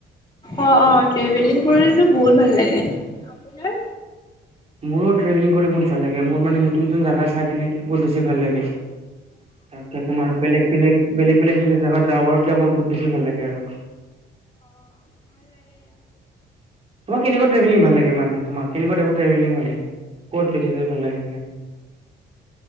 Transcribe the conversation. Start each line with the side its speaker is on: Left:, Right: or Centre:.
Left: অ অ ট্ৰেভেলিং কৰিলেো বহুত ভাল লাগে আপোন
Right: মোৰো ট্ৰেেলিং কৰি বহুত ভাল লাগে মোৰানে নতুন নতুন জাগা চাই কিনে বহুত বেছি ভাল লাগে তাকে তোমাৰ বেলেগ বেলেগ বেলেগ বেলেগ যদি জেগাত যাাব পাৰো তেতিয়া মোৰ বহুত বেছি ভাল লাগে আৰু তোমাক কেনেুৱ্ৰভেলংাল লে তমাৰ কেনেকুৱাাই্ৰভেল ভাল ল ক'ত বেছি ভাল লাগে মানে